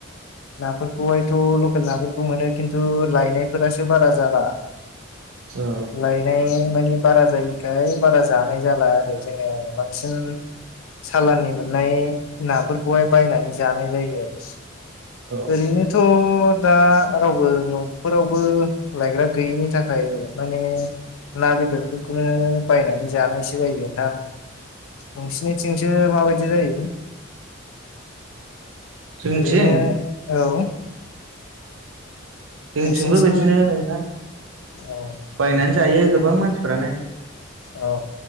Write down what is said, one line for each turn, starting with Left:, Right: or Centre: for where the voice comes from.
Left: नाफोरखौहायथ' लकेल नाफोरखौ मोनो खिन्थु लायनायफोरासो बारा जाला।
Right: औ
Left: लायनाय मानि बारा जायोखाय बारा जानाय जाला आरो जोङो बांसिन सालाननि मोननाय नाफोरखौहाय बायनानै जानाय जायो आरो।
Right: औ
Left: ओरैनोथ' दा रावबो न'फोरावबो लायग्रा गैयैनि थाखाय माने ना बेदरफोरखौनो बायनानै जानायसो जायो नोंथां नोंसिनिथिंसो माबायदि जायो?
Right: जोंथिं
Left: ओरैनो औ
Right: जोंथिंबो
Left: नोंसिनिथिं
Right: बिदिनो नोंथां
Left: अ
Right: बायनानै जायो गोबां मानसिफोरानो।
Left: औ